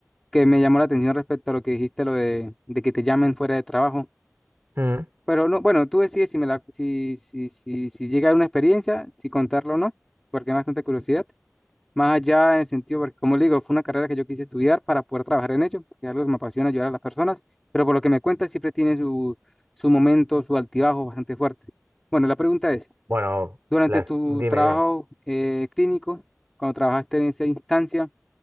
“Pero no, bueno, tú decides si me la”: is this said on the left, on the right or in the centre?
Centre